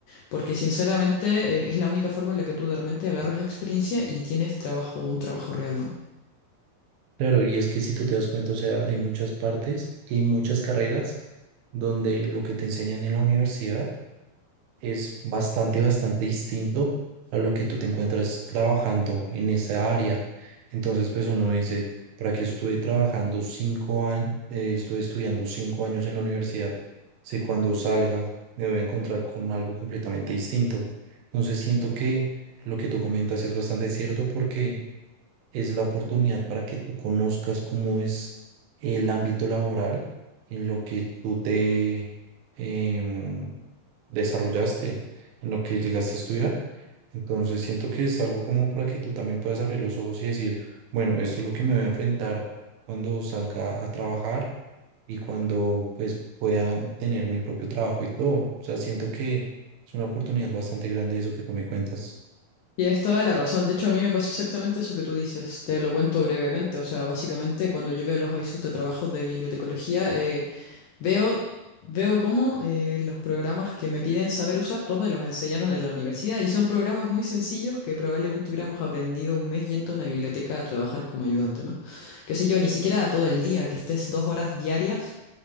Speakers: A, on the left; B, on the right.
A: Porque sinceramente eh, es la única forma en la que tú realmente agarras experiencia y tienes trabajo, un trabajo real, ¿no?
B: claro, y es que si tú te das cuenta, o sea, hay muchas partes y hay muchas carreras donde lo que te enseñan en la universidad es bastante, bastante distinto a lo que tú te encuentras trabajando en esa área. Entonces, pues uno dice, ¿para qué estuve trabajando cinco años, eh, estuve estudiando cinco años en la universidad? Si cuando salga me voy a encontrar con algo completamente distinto. Entonces, siento que lo que tú comentas es bastante cierto porque es la oportunidad para que tú conozcas cómo es el ámbito laboral en lo que tú te... em, desarrollaste, en lo que llegaste a estudiar. Entonces siento que es algo como para que tú también puedas abrir los ojos y decir, bueno, esto es lo que me voy a enfrentar cuando salga a trabajar y cuando pues pueda tener mi propio trabajo y todo. O sea, siento que es una oportunidad bastante grande eso que tú me cuentas.
A: Tienes toda la razón. De hecho, a mí me pasó exactamente eso que tú dices. Te lo cuento brevemente. O sea, básicamente cuando yo veo los avisos de trabajos de bibliotecología, eh, veo, veo cómo eh, los programas que me piden saber usar, todos me los enseñaron en la universidad y son programas muy sencillos que probablemente hubiéramos aprendido un mes yendo a una biblioteca a trabajar como ayudante, ¿no? Qué sé yo, ni siquiera todo el día, que estés dos horas diarias